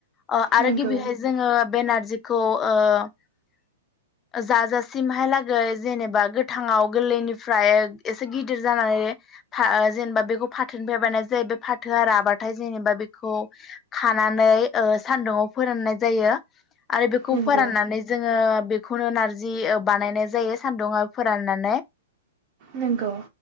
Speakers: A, on the left (about 25°); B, on the right (about 40°).
A: अ' आरो
B: नंगौ
A: गिबिहाय जोङो बे नारजि खो ओ जाजासिमहायलागै जेनेब बा गोथाङाव गोरलैनिफ्राय एसे गिदिर जानानै फा ओ जेनेबा बेखौ फाथोनिफ्राय बानाय जायो बे फाथोआ राबाथाय जेनेबा बेखौ खानानै ओ सानदुङाव फोराननाय जायो। आरो बेखौ
B: नंगौ
A: फोराननानै जोङो बेखौनो नारजि जि ओ बानायनाय जायो सान्दुङाव फोराननानै
B: नंगौ